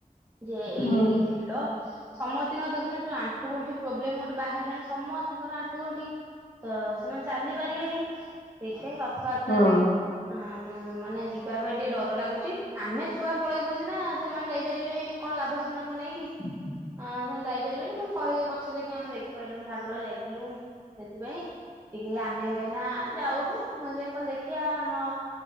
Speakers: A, on the right; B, on the left.
A: ଯେ ଏଇଠି
B: ହୁଁ
A: ଭିଡ଼ ସମସ୍ତଙ୍କୁ ଦେଖୁନାହାନ୍ତି ଆଣ୍ଠୁ ଗଣ୍ଠି ପ୍ରୋବ୍ଲେମ ଗୋଟେ ବାହାରିଲାଣି ସମସ୍ତଙ୍କର ଆଣ୍ଠୁ ଗଣ୍ଠି ତ ସେମାନେ ଚାଲି ପାରିବେନି ସେଇଥିପାଇଁ ରଥଯାତ୍ରରେ
B: ହୁଁ
A: ଆଁ ମାନେ ଯିବା ପାଇଁ ଟିକେ ଡର ଲାଗୁଛି ଆମେ ଛୁଆ ପଳେଇବୁ ସିନା ସେମାନେ ଯାଇପାରିବେନି କଣ ଲାଭ ସେମାନଙ୍କୁ ନେଇକି।
B: <inaudible>
A: ହଁ ସେମାନେ ଯାଇପାରିବେନି ପୁଣି କହିବେ ପଛରେ କି ଆମେ ଦେଖିପାରିଲୁନୁ ଠାକୁର ଯାଇଥିଲୁ। ସେଥିପାଇଁ ଟିକେ ଆମେ ଏନା ଯାଉନୁ ମୁଁ ଯାଇ କହିଲି ଦେଖିବା ଆମ।